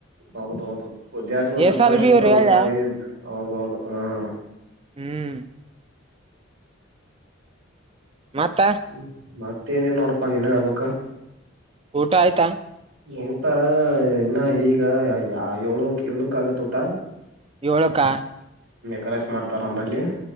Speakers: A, on the right; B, on the right.
A: ಹೌದ ಹೌದು ವಿದ್ಯಾರ್ಥಿಗಳು ಸ್ವಲ್ಪ
B: ಎಸಲ್
A: ಕಷ್ಟ
B: ಬಿ
A: ಇರ್ತದಪ್ಪ
B: ಇವ್ರು ಹೇಳ
A: ಹೌದೌದು ಹ್ಮ್ಮ.
B: ಹ್ಮ್. ಮತ್ತ
A: ಹ್ಮ್ ಮತ್ತ ಏನಿಲ್ಲ ನೋಡ್ಪಾ ನೀನ ಹೇಳಬೇಕು.
B: ಊಟ ಆಯ್ತಾ.
A: ಊಟ ಇನ್ನ ಈಗ ಏಳು ಏಳುಕ ಆಗತ ಊಟ.
B: ಏಳ ಕ.
A: ಕಲಸ ಮಾಡತಾರ ನಂಬಲಿ.